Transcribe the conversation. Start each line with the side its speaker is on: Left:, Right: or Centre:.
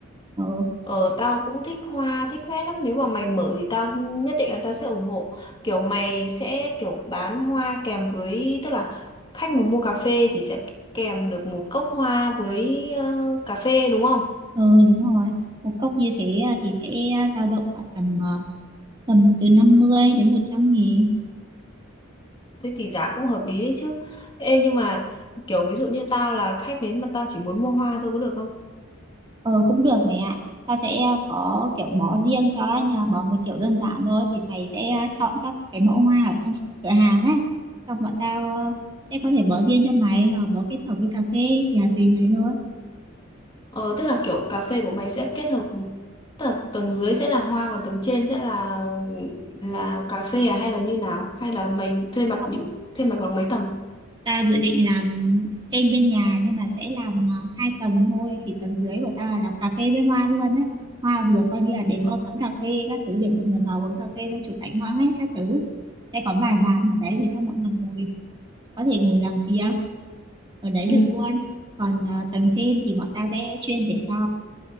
Right: ừ,
Left: Ờ, tao cũng thích hoa, thích hoa lắm. Nếu mà mày mở thì tao nhất định là tao sẽ ủng hộ. Kiểu mày sẽ kiểu bán hoa kèm với, tức là khách mà mua cà phê thì sẽ kèm được một cốc hoa với ờ, cà phê đúng không?
Right: ừ đúng rồi một cốc như thế à, thì sẽ dao động khoảng tầm à, tầm từ năm mươi đến một trăm nghìn
Left: Thế thì giá cũng hợp lý đấy chứ. Ê nhưng mà kiểu ví dụ như tao là khách đến mà tao chỉ muốn mua hoa thôi có được không?
Right: ừ cũng được mày ạ ta sẽ ờ, có kiểu bó riêng cho nhà bó mấy kiểu đơn giản thôi thì mày sẽ ờ, chọn các cái mẫu hoa ở trong cửa hàng ấy xong bọn tao à, sẽ có thể bó riêng cho mày hoặc bó kết hợp với cà phê thì là tùy mày thôi
Left: Ờ tức là kiểu cà phê của mày sẽ kết hợp tầng, tầng dưới sẽ là hoa còn tầng trên sẽ là là cà phê à hay là như nào? Hay là mày thuê mặt
Right: không
Left: định thuê mặt bằng mấy tầng?
Right: Tao dự định làm trên bên nhà nhưng mà sẽ làm à, hai tầng thôi thì tầng dưới của tao là làm cà phê với hoa luôn á hoa vừa coi như là để
Left: Ừ.
Right: có quán cà phê các thứ để mọi người vào uống cà phê xong chụp ảnh hoa hết các thứ sẽ có vài bàn ở đấy để cho mọi người ngồi có thể ngồi làm việc ở đấy
Left: Ừ.
Right: được luôn còn à, tầng trên thì bọn tao sẽ chuyên để cho